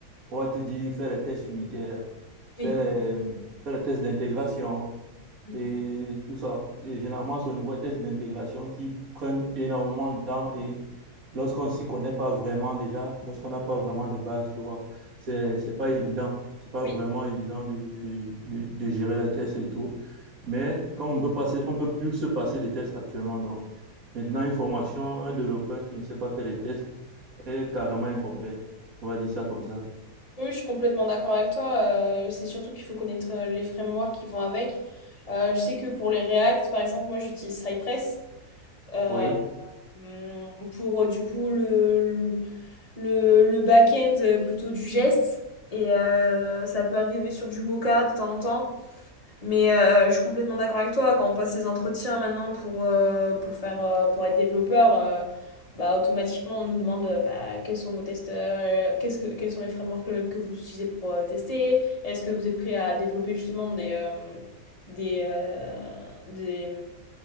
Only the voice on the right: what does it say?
on va te dire, fais les tests unitaires, fais
les, fais les tests d'intégration,
et tout ça. Et généralement, c'est au niveau des tests d'intégration qui prennent énormément de temps et lorsqu'on ne s'y connaît pas vraiment déjà, lorsqu'on n'a pas vraiment de base, tu vois, c'est, c'est pas évident. C'est pas
vraiment évident de, de, de, de gérer les tests et tout. Mais comme on peut passer, on peut plus se passer des tests actuellement. Donc, maintenant, une formation, un développeur qui ne sait pas faire les tests est carrément incomplet. On va dire ça comme ça.
Oui.